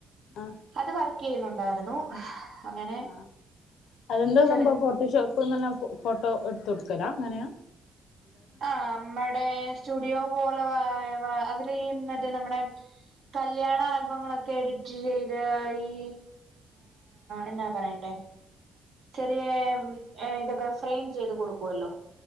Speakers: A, on the left (about 75°); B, on the right (about 65°).
A: ആഹ്
B: അത് വർക്ക് ചെയ്യുന്നുണ്ടായിരുന്നു. അങ്ങനെ
A: ആഹ് അതെന്താ
B: ചെറി
A: സംഭവം ഫോട്ടോഷോപ്പ്ന്നല്ല ഫോട്ടോ എടുത്ത കൊടുക്കലാ. അങ്ങനെയ
B: ആഹ് അമ്മടെ സ്റ്റുഡിയോ പോലെ വാ അതില് ഈ മറ്റെ നമ്മടെ കല്യാണ ആൽബങ്ങളൊക്കെ എഡിറ്റ് ചെയ്ത് ഈ എന്താ പറയണ്ടേ. ചെറിയ ഇതൊക്കെ ഫ്രൈം ചെയ്ത് കൊടുക്കുവല്ലോ.